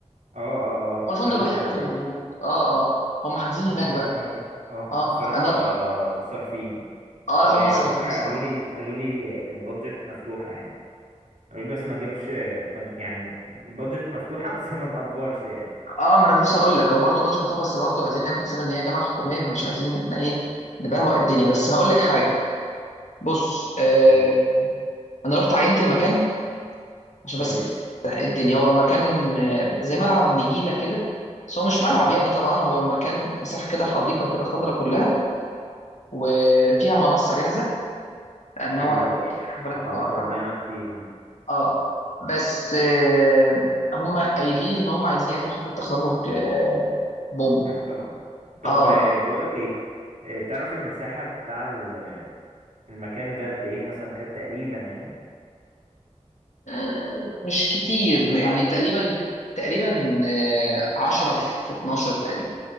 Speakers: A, on the right; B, on the left.
A: اه اه اه
B: هو الفندق
A: قالوا
B: الوحيد
A: لي عليه
B: أصلاً اللي موجود اه اه هم حاجزين هناك
A: هما
B: بقى
A: قالوا لي عليه اه
B: اه
A: الصراحة
B: انا
A: آه،
B: رحت
A: صارفين
B: اه
A: وعلى
B: لا هم صارفين
A: فكرة
B: بصراحه
A: قالوا لي قالوا لي البادجت مفتوحة يعني قالوا لي بس ما تجيبش ما تج- يعني البادجت مفتوحة بس ما نقفرش يعني
B: اه ما انا كنت لسه هقول لك هو برضه بادجت بتاعه بس برضه عايزين نعمل حساب ان هي جامعه حكوميه فمش عايزين ان احنا ايه نبهوأ الدنيا بس هقول لك حاجه بص آه
A: و-
B: انا رحت عينت المكان عشان
A: كويس
B: بس الدنيا هو مكان آه، زي ملعب نجيله كده بس هو مش ملعب
A: مم،
B: يعني طبعا هو مكان مساحه كده حديقه كده خضراء كلها وفيها منصه جاهزه لان
A: حلو
B: هو
A: قوي
B: في حفلات
A: هتوفر
B: اه طبعا
A: لنا كتير دي
B: اه بس آه هم قايلين ان هم عايزين يعملوا حفله تخرج آه بوم
A: محترمة طب
B: اه
A: آه، بقولك ايه آه، تعرف المساحة بتاع ال- آه، المكان ده قد ايه مثلا كده تقريبا يعني
B: آه، مش كتير يعني تقريبا تقريبا آه 10 في 12 تقريبا